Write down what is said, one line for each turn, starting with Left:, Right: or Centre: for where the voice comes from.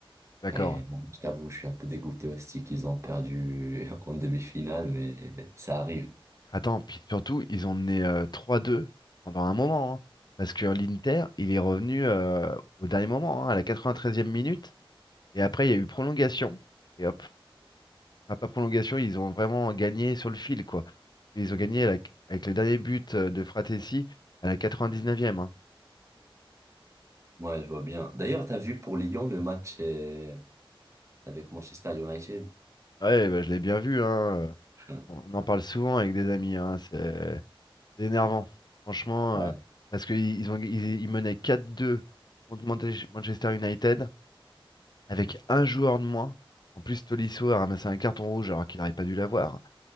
Left: D'accord.
Right: Et bon, je t'avoue, je suis un peu dégoûté aussi qu'ils ont perdu <laughs> en demi-finale. Mais ça arrive.
Left: Attends, puis surtout, ils ont mené euh, 3-2 pendant un moment. hein. parce que l'Inter, il est revenu euh, au dernier moment, hein, à la 93e minute. Et après, il y a eu prolongation. Et hop. Enfin, pas prolongation, ils ont vraiment gagné sur le fil, quoi. Ils ont gagné à la- avec les derniers buts euh, de Fratessi à la 99e. hein.
Right: Ouais, je vois bien. D'ailleurs, t'as vu pour Lyon le match euh, avec Manchester United?
Left: Ouais, bah, je l'ai bien vu. hein.
Right: <laughs>
Left: On on en parle souvent avec des amis. hein. C'est c'est énervant, franchement,
Right: Ouais.
Left: euh, parce qu'ils ils ont, ils, ils menaient 4-2 contre Manche- Manchester United avec un joueur de moins. En plus, Tolisso a ramassé un carton rouge alors qu'il n'aurait pas dû l'avoir. hein.